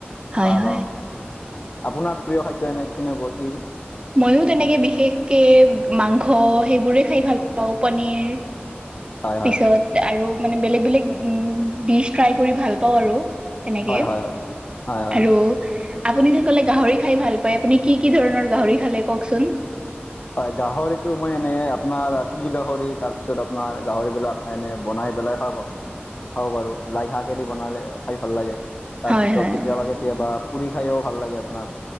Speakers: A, on the right (about 25°); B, on the left (about 40°).
A: হয়
B: পাৰ।
A: হয়
B: আপোনাৰ প্ৰিয় খাদ্য, এনে কেনেকুৱা কি?
A: মইও তেনেকে, বিশেষকে মাংস, সেইবোৰে খাই ভাল পাওঁ, পানীৰ।
B: হয় হয়
A: পিছত আৰু মানে, বেলেগ -বেলেগ উম! ডিচ ট্ৰাই কৰি ভাল পাওঁ আৰু। তেনেকে
B: হয়, হয়, হয়। হয় হয়
A: আৰু আপুনি যে ক'লে, গাহৰি খাই ভাল পায়! আপুনি কি কি ধৰণৰ গাহৰি খালে কওঁকচোন?
B: হয়, গাহৰিটো মই, এনে আপোনাৰ তিল গাহৰি, তাৰপিছত আপোনাৰ গাহৰিবিলাক এনেই বনাই পেলাই খাব, খাব পাৰোঁ। লাই শাকেদি বনালে, খাই ভাল লাগে। তাৰপিছত,
A: হয় হয়
B: কেতিয়াবা -কেতিয়াবা পুৰি খায়ও ভাল লাগে, আপোনাৰ।